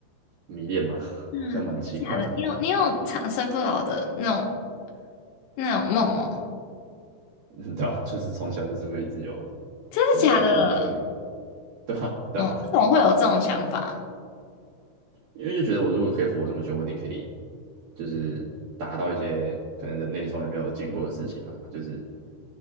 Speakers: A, on the right; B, on the left.
A: 迷恋嘛，<laughs> 好像蛮奇怪的。
B: 嗯，假的，你有你有长生不老的那种那种梦哦，
A: <laughs> 嗯，对啊，就是从小就是会一直有，
B: 真的假的？
A: 说我可以活那么久，你看，对吧？对啊，
B: 嗯，为什么会有这种想法？
A: 因为就觉得我如果可以活这么久，我一定可以，就是达到一些可能人类从来没有见过的事情嘛，就是